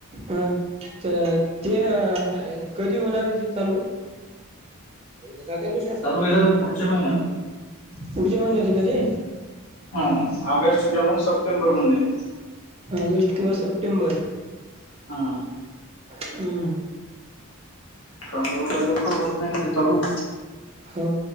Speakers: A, on the right; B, on the left.
A: हं तर ते कधी होणार आहे ते चालू? थ चालते दिुष
B: चालू होईल आता पुढच्या महिन्यात
A: पुढच्या महिन्यात कधी.
B: हा ऑगस्ट किंवा मग सप्टेंबरमध्येध्ये
A: ऑगस्ट किंवा सप्टेंबर.
B: हा
A: हम
B: कारण एवढा लवकर होत नाही ना ते चालू.
A: हो